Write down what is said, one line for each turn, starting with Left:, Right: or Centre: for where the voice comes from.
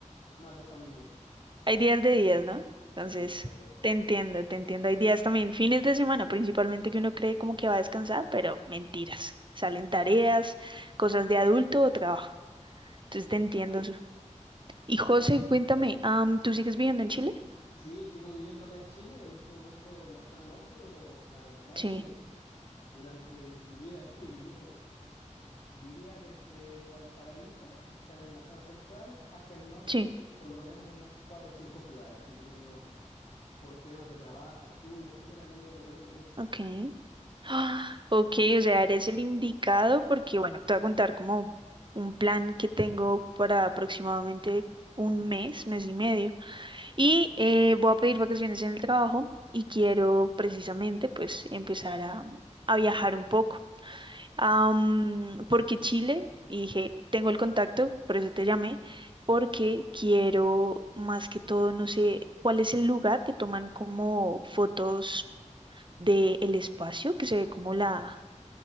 Left: más de familia.
Right: Hay días de días, ¿no?
Left: Sí,
Right: Entonces,
Left: correcto.
Right: te entiendo, te entiendo. Hay días también, fines de semana principalmente, que uno cree como que va a descansar, pero mentiras. Salen tareas, cosas de adulto o trabajo. Entonces,
Left: Es
Right: te entiendo.
Left: verdad.
Right: Su- Y José, cuéntame, am, ¿tú sigues viviendo en Chile?
Left: Sí, sigo viviendo acá en Chile, en este momento en la zona norte, pero la verdad
Right: Sí,
Left: que durante mi vida <laughs> he vivido, diría desde Valparaíso, que está en la zona central, hacia el norte,
Right: sí,
Left: por lo menos en unas cuatro o cinco ciudades. Así que he tenido por temas de trabajo, estudio, etcétera, me he ido moviendo mucho.
Right: ok. <gasps> Ah, Ok, o sea, eres el indicado porque, bueno, te voy a contar como un plan que tengo para aproximadamente un mes, mes y medio. Y eh, voy a pedir vacaciones en el trabajo y quiero precisamente pues empezar a, a viajar un poco. Am, porque Chile, y dije, tengo el contacto, por eso te llamé, porque quiero más que todo, no sé, cuál es el lugar que toman como fotos del espacio, que se ve como la